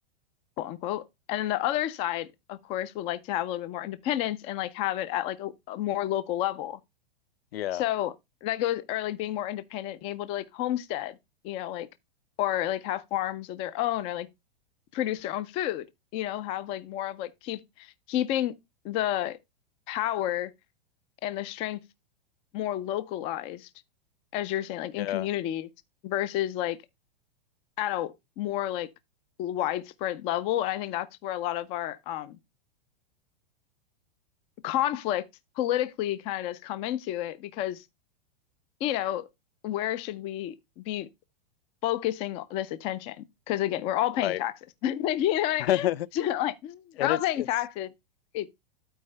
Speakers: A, on the left; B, on the left.
A: quote unquote. And then the other side, of course, would like to have a little bit more independence and like have it at like a, a more local level.
B: Yeah.
A: So that goes, or like being more independent, being able to like homestead, you know, like, or like have farms of their own or like produce their own food, you know, have like more of like keep keeping the power and the strength more localized, as you're saying, like in
B: Yeah.
A: communities versus like at a more like widespread level. And I think that's where a lot of our um conflict politically kind of does come into it because, you know, where should we be focusing this attention? Because again, we're all paying
B: Right.
A: taxes. <laughs> Like, you know, what I-
B: <laughs>
A: mean? <laughs> so, like we're
B: And
A: all
B: it's
A: paying
B: it's
A: taxes. It,